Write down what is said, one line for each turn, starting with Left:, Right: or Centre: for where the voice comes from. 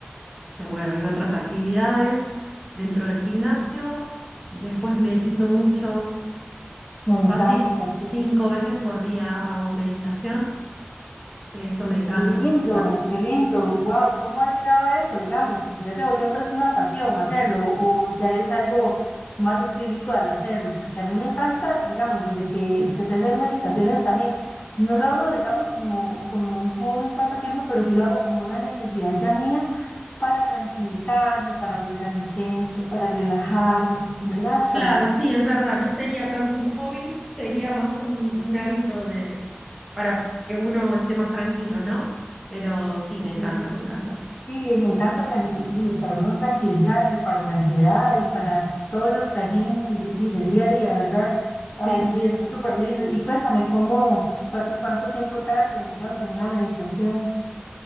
Centre: y bueno, hay otras actividades dentro del gimnasio. Después medito mucho,
Left: Me encanta,
Centre: fácil, cinco
Left: sí.
Centre: veces por día hago meditación. Eso me encanta,
Left: Qué lindo,
Centre: me encanta.
Left: qué lindo.
Centre: Sí.
Left: Wow, ¿cómo ha llegado a eso, digamos? Porque ya se volvió entonces una pasión hacerlo o ya es algo más espiritual hacerlo, porque a mí me encanta, digamos, desde que empecé a hacer meditaciones también. No lo hago, digamos, como, como un hobby, un pasatiempo, pero sí lo hago como una necesidad ya mía para tranquilizarme, para volver a mi centro, para relajarme, ¿verdad?
Centre: Claro,
Left: Para,
Centre: sí, es verdad, no sería tanto un hobby, sería más un, un hábito de, para que uno esté más tranquilo, ¿no? Pero sí, me encanta,
Left: y,
Centre: me encanta.
Left: y me encanta para, y para uno tranquilizarse, para la ansiedad y para todos los trajín de- de- del día a día, ¿verdad?
Centre: Sí.
Left: Ah, sí, está súper lindo. Y cuéntame, ¿cómo, cuán- cuánto tiempo tardas, digamos, en una meditación?